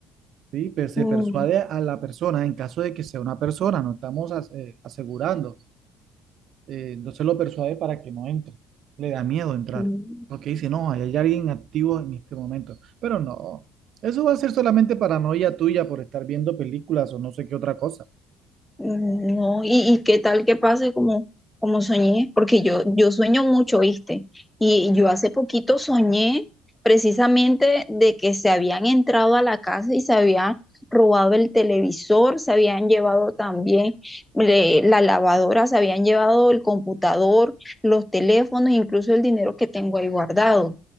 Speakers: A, on the right; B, in the centre.
A: Sí, pues se
B: Mm,
A: persuade a la persona en caso de que sea una persona, no estamos as- eh, asegurando. Eh, entonces lo persuade para que no entre. Le da miedo entrar,
B: mm,
A: porque dice, no, ahí hay alguien activo en este momento. Pero no, eso va a ser solamente paranoia tuya por estar viendo películas o no sé qué otra cosa.
B: Mm, No, y, y qué tal que pase como, como soñé, porque yo, yo sueño mucho, ¿viste? Y yo hace poquito soñé precisamente de que se habían entrado a la casa y se habían robado el televisor, se habían llevado también eh, la lavadora, se habían llevado el computador, los teléfonos, incluso el dinero que tengo ahí guardado.